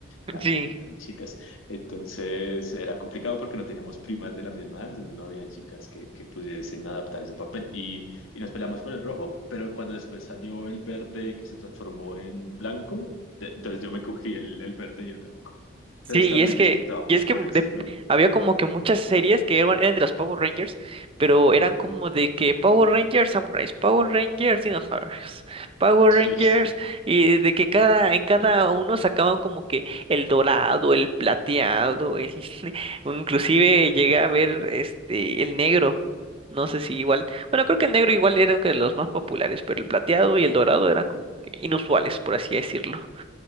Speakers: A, on the right; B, on the left.
A: <laughs>
B: Ah,
A: Sí.
B: Eran chicas, entonces era complicado porque no teníamos primas de la misma edad, entonces no había chicas que, que pudiesen adaptar ese papel, y y nos peleamos por el rojo, pero cuando después salió el verde que se transformó en blanco, de- entonces yo me cogí el, el verde y el blanco.
A: Sí,
B: Entonces también
A: y es que,
B: disputábamos
A: y es que
B: por eso,
A: de-
B: ¿no?
A: había como que muchas series que eran, eran de los Power Rangers, pero eran como de que Power Rangers Samurais, Power Rangers Dinosaurios, Power
B: Sí,
A: Rangers,
B: sí.
A: y de que cada, en cada uno sacaban como que el dorado, el plateado, el, <laughs> o inclusive llegué a ver este el negro. No sé si igual, bueno, creo que el negro igual era uno de los más populares, pero el plateado y el dorado eran como que inusuales, por así decirlo.